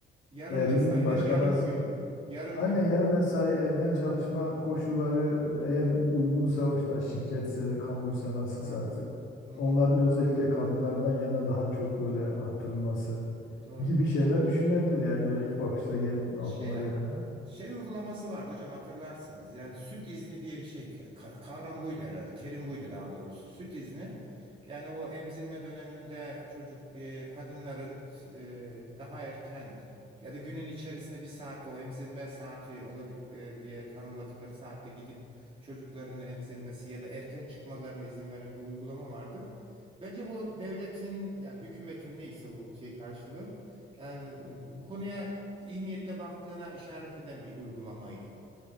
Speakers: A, on the right; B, on the left.
A: Yarım
B: veya
A: mesai
B: bilmiyorum başka
A: değil mi? Yarım
B: nasıl
A: gün. Yarım
B: Aynen
A: gün.
B: yer mesai evden
A: Hı.
B: çalışma koşulları eğer uygunsa o işte şirketse kamuysa nasılsa
A: Aha.
B: artık
A: Hı.
B: onların özellikle kadınlardan yana daha çok böyle arttırılması
A: Doğru.
B: gibi şeyler düşünebilir yani böyle ilk bakışta gelin aklıma
A: Şey
B: gelenler.
A: şey uygulaması vardı hocam hatırlarsınız. Yani süt izni diye bir şey. Ka- Kavram buydu herhalde. Terim buydu daha doğrusu. Süt izni. Yani o emzirme döneminde çocuk e, kadınların e, daha erken ya da günün içerisinde bir saatte o emzirme saati olabilir diye tanımladıkları saatte gidip çocuklarını emzirmesi ya da erken çıkmalarına izin veren bir uygulama vardı. Bence bu devletin yani hükümetin neyse bu şey karşılığı yani bu konuya iyi niyetle baktığına işaret eden bir uygulamaydı.